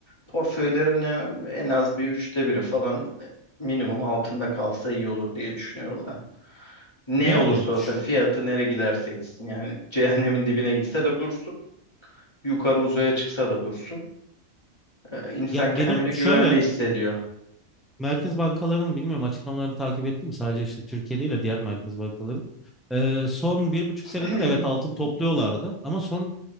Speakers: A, on the left (about 20°); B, in the centre.
A: portföylerin e, en az bir üçte biri falan e, minimum altında kalsa iyi olur diye düşünüyorum ben. Ne
B: Yani
A: olursa olsun
B: ş-
A: fiyatı nereye giderse gitsin yani <laughs> cehennemin dibine gitse de dursun. Yukarı uzaya çıksa da dursun. E, İnsan
B: ya
A: kendini
B: benim şöyle
A: güvende hissediyor.
B: merkez bankalarının bilmiyorum açıklamalarını takip ettim sadece işte Türkiye değil de diğer merkez bankaların. Ee, son bir buçuk
A: <clears throat>
B: senedir evet altın topluyorlardı ama son